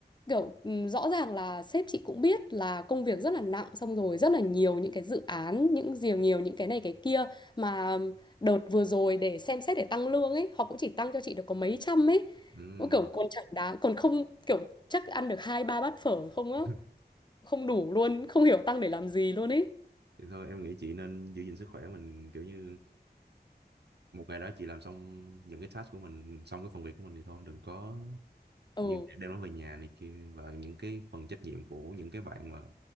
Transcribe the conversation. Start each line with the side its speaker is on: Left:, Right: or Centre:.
Left: Kiểu ừm, rõ ràng là sếp chị cũng biết là công việc rất là nặng xong rồi rất là nhiều những cái dự án, những nhiều nhiều những cái này cái kia mà đợt vừa rồi để xem xét để tăng lương ấy, họ cũng chỉ tăng cho chị được có mấy trăm ấy.
Right: ừm.
Left: Cũng Kiểu còn chẳng đáng, còn không kiểu chắc ăn được hai ba bát phở không á,
Right: <laughs>
Left: không đủ luôn, không hiểu tăng để làm gì luôn ấy.
Right: Thì thôi em nghĩ chị nên giữ gìn sức khỏe mình kiểu như một ngày đó chị làm xong những cái task của mình, xong cái phần việc của mình thì thôi đừng có
Left: Ừ.
Right: như đem nó về nhà này kia và những cái phần trách nhiệm của những cái bạn mà